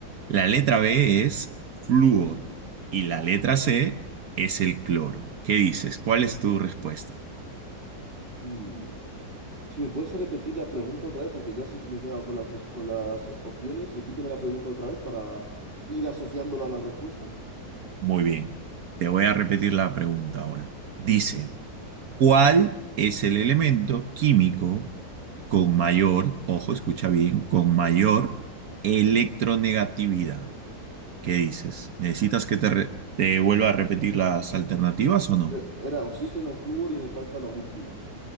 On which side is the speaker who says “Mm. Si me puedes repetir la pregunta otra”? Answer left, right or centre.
Right